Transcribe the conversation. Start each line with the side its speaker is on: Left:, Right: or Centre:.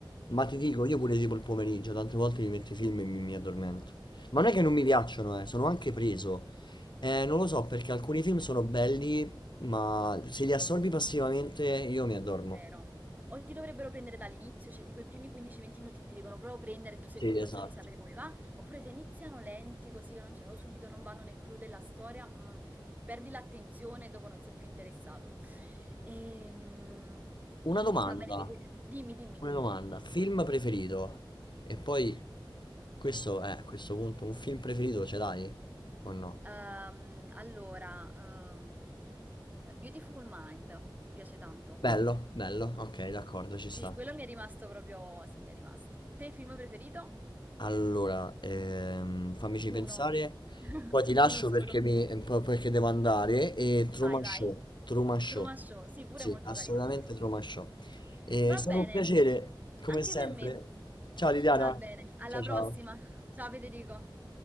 Left: ma ti dico, io pure tipo il pomeriggio, tante volte mi metto i film e mi, mi addormento. Ma non è che non mi piacciono, eh, sono anche preso. Eh, non lo so, perché alcuni film sono belli, ma se li assorbi passivamente io mi addormo.
Right: È vero. O ti dovrebbero prendere dall'inizio, cioè tipo i primi 15-20 minuti ti devono proprio prendere e tu sei
Left: Sì,
Right: curioso
Left: esatto.
Right: di sapere come va, oppure se iniziano lenti così o, non ce- o subito non vanno nel clou della storia, mm, perdi l'attenzione e dopo non sei più interessato. Ehm,
Left: Una domanda,
Right: va bene, Fede. Dimmi, dimmi.
Left: una domanda. Film preferito? E poi, questo è, a questo punto, un film preferito ce l'hai? O no?
Right: Ehm, allora, ehm, Beautiful Mind, mi piace tanto.
Left: Bello, bello, ok, d'accordo, ci
Right: Sì,
Left: sta.
Right: quello mi è rimasto proprio, sì, mi è rimasto. Te, film preferito?
Left: Allora, ehm, fammici
Right: 1.
Left: pensare.
Right: <laughs>
Left: Poi ti lascio
Right: Uno solo.
Left: perché, mi, eh, po- perché devo andare. E Truman
Right: Vai, vai.
Left: Show, Truman Show.
Right: Truman Show, sì, pure
Left: Sì,
Right: molto
Left: assolutamente
Right: carino quello, l'ho visto.
Left: Truman Show. Eh,
Right: Va
Left: È stato
Right: bene,
Left: un piacere, come
Right: anche
Left: sempre.
Right: per me.
Left: Ciao Liliana.
Right: Va bene, alla
Left: Ciao ciao.
Right: prossima. Ciao Federico.